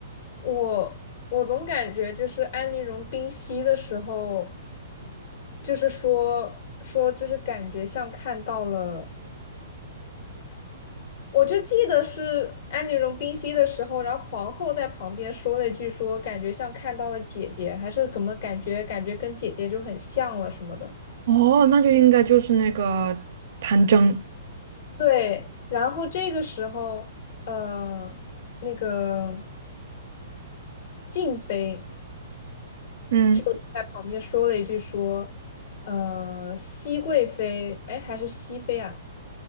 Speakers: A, on the left; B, on the right.
A: 我我总感觉就是安陵容冰溪的时候。就是说说就是感觉像看到了，我就记得是安陵容冰嬉的时候，然后皇后在旁边说了一句说感觉像看到了姐姐，还是怎么感觉感觉跟姐姐就很像了什么的。
B: 哦，那就应该就是那个弹筝。
A: 对，然后这个时候，呃，那个静妃
B: 嗯，
A: 就在旁边说了一句说，呃，熹贵妃，哎，还是熹妃啊？